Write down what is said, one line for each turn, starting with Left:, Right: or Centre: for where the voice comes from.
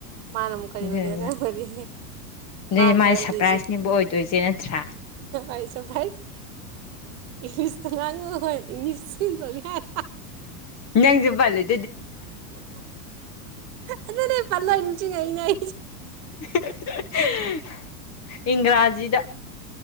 Right: ꯃꯥꯅ ꯑꯃꯨꯛ ꯀꯔꯤ
Left: ꯑꯗꯨꯗꯨꯅ
Right: ꯑꯣꯏꯗꯣꯏꯅ ꯈꯜꯕꯗꯤ
Left: ꯑꯗꯨꯗꯤ
Right: ꯃꯥ
Left: ꯃꯥꯗꯤ
Right: ꯈꯜꯍꯟꯗꯔꯤꯁꯦ
Left: ꯁꯔꯄ꯭ꯔꯥꯏꯖꯅꯦꯕ ꯑꯣꯏꯗꯣꯏꯁꯦ ꯅꯠꯇ꯭ꯔꯥ
Right: ꯑꯩꯁꯦ ꯄꯥꯏꯁ ꯏꯪꯂꯤꯁꯇ ꯉꯥꯡꯉꯨ ꯍꯣꯏ ꯏꯪꯂꯤꯁ ꯁꯤꯅꯤ ꯍꯥꯏ
Left: ꯅꯥꯪꯁꯨ ꯞꯂꯤ
Right: ꯑꯗꯅꯦ ꯐꯂ ꯏꯅꯤꯆꯨ ꯀꯩꯅ ꯍꯥꯏ
Left: <unintelligible> ꯏꯪ꯭ꯔꯥꯖꯤꯗ